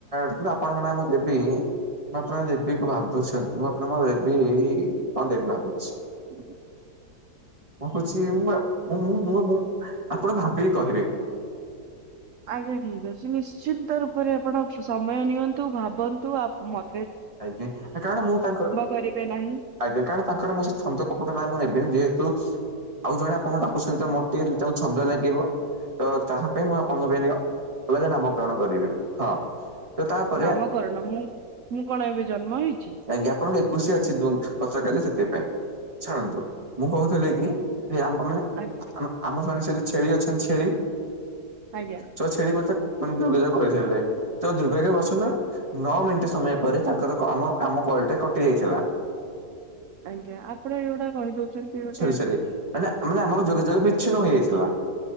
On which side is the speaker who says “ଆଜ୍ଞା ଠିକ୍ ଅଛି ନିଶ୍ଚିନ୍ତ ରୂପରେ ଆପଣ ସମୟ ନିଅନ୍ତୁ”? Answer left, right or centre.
Right